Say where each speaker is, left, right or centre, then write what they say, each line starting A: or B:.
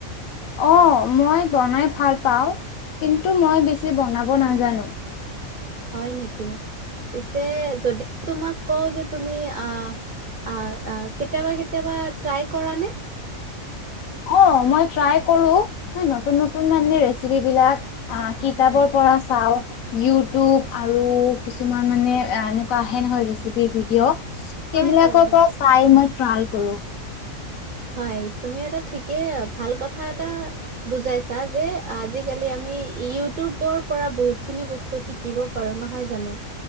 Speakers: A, on the left; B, on the right.
A: অ মই বনাই ভাল পাওঁ। কিন্তু মই বেছি বনাব নাজানো।
B: হয় নেকি পিছে যদি তোমাক কওঁ যে তুমি আহ আহ আ কেতিয়াবা কেতিয়াবা ট্ৰই কৰা নে?
A: অ মই ট্ৰাই কৰো নতুন নতুন মানে ৰেচিপ বিলাক। আহ কিতাপৰ
B: হয়
A: পৰা চাওঁ। ইউটিউব আৰু কিছুমান মানে এনেকুৱা আহে নহয় ৰেচিপি ভিডিঅ' সেইবিলাকৰ
B: হয় হয় হয়।
A: পৰা চাই মই ট্ৰাই কৰো।
B: হয় তুমি এটা ঠিকে ভাল কথা এটা বুজাইছা যে আজি আজি কালি আমি ইউটিউবৰ পৰা বহুত খিনি বস্তু শিকিব পাৰো নহয় জানো?